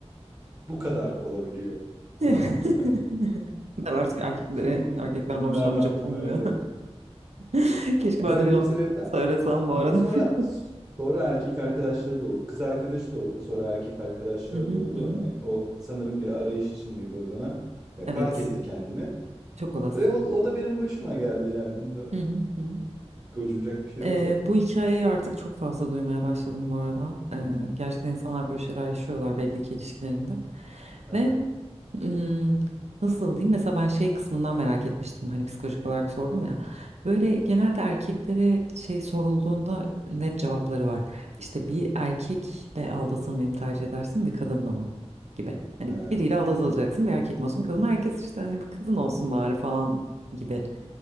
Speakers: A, on the right (about 30°); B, on the right (about 80°).
A: bu kadar olabiliyor.
B: <laughs>
A: Anladın mı? <laughs> Hani
B: Ben artık erkeklere,
A: bun-
B: erkeklerden
A: Bunlardan
B: hoşlanmayacağım
A: bir
B: olmuyor.
A: fayda yok.
B: <laughs> Keşke ben
A: Öyle
B: de bir onu
A: bir sebepten.
B: söylesem bu arada.
A: Ama sonra
B: <laughs>
A: sonra erkek arkadaşları da oldu. Kız arkadaşı da oldu. Sonra erkek arkadaşları
B: Hı hı,
A: da oldu.
B: hı hı.
A: Hani o sanırım bir arayış içindeydi o dönem. Ya
B: Evet,
A: fark etti kendini.
B: çok olası.
A: Ve o, o da benim başıma geldi yani. Bunda
B: Hı hı, hı hı.
A: gocunacak bir şey yok
B: Ee,
A: zaten.
B: bu hikayeyi artık çok fazla duymaya başladım bu arada. Ee,
A: Hı hı.
B: gerçekten insanlar böyle şeyler yaşıyorlar belli ki ilişkilerinde.
A: Hı hı.
B: Ve ım, nasıl diyeyim? Mesela ben şey kısmından merak etmiştim. Hani psikolojik olarak sordum ya. Böyle genelde erkeklere şey sorulduğunda net cevapları var. İşte bir erkekle aldatılmayı mı tercih edersin bir kadınla mı? Gibi. Hani
A: Ha,
B: biriyle aldatılacaksın bir erkek mi olsun bir kadın mı? Herkes işte hani bir kadın olsun bari falan gibi